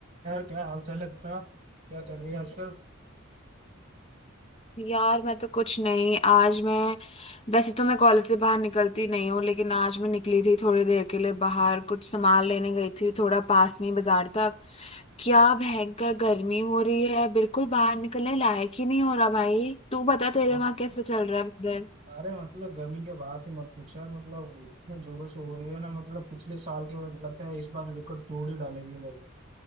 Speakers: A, on the right (about 30°); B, on the left (about 30°).
A: यार क्या हाल चाल है बता क्या कर रही है आजकल
B: यार मैं तो कुछ नहीं आज मैं वैसे तो मैं कॉलेज से बाहर निकलती नहीं हूँ लेकिन आज मैं निकली थी थोड़ी देर के लिए बाहर कुछ सामान लेने गई थी थोड़ा पास में ही बाजार तक क्या भयंकर गर्मी हो रही है बिल्कुल बाहर निकलने लायक ही नहीं हो रहा भाई तू बता तेरे
A: हाँ
B: वहां कैसे चल रहा है इधर
A: अरे मतलब गर्मी के बाद ही मत पूछ यार मतलब इतने जोरों से हो रही है ना मतलब पिछले साल के बाद लगता है इस बार रिकॉर्ड तोड़ ही डालेगी गर्मी